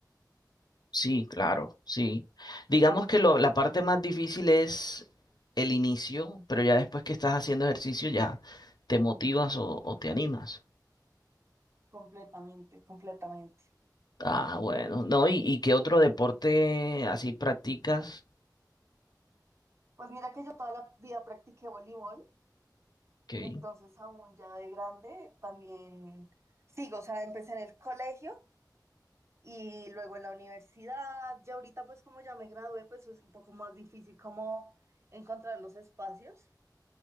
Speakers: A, on the left; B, on the right.
A: Sí, claro, sí. Digamos que lo- la parte más difícil es el inicio, pero ya después que estás haciendo ejercicio ya te motivas o, o te animas.
B: Completamente, completamente.
A: Ah, bueno, no, ¿y, y qué otro deporte así practicas?
B: Pues mira que yo toda la vida practiqué voleibol,
A: Ok.
B: entonces aún ya de grande también sigo, o sea, empecé en el colegio y luego en la universidad, ya ahorita pues como ya me gradué, pues es un poco más difícil como encontrar los espacios,